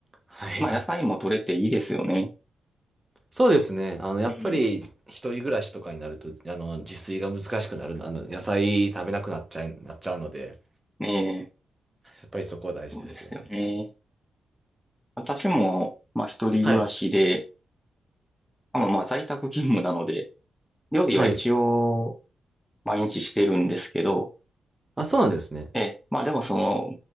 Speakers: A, on the right; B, in the centre.
A: はい。
B: まあ、野菜も取れていいですよね。
A: そうですね。あの、やっぱり、
B: うん。
A: 一人暮らしとかになると、あの、自炊が難しくなる、あの、野菜食べなくなっちゃい、なっちゃうので、
B: ねえ、
A: やっぱりそこは大事ですよね。
B: そうですよね。私も、まあ、一人暮らしで、
A: はい。
B: あ、まあ、まあ在宅勤務なので、料理は一応、
A: はい。
B: 毎日してるんですけど、
A: あ、そうなんですね。
B: ええ、まあ、でもその、